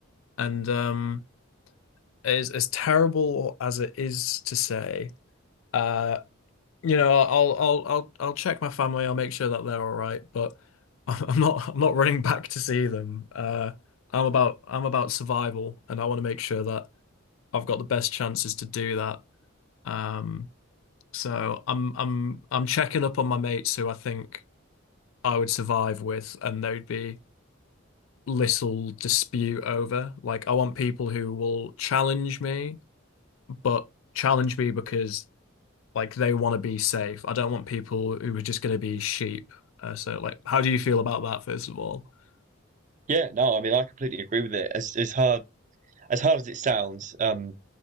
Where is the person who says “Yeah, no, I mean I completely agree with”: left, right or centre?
Right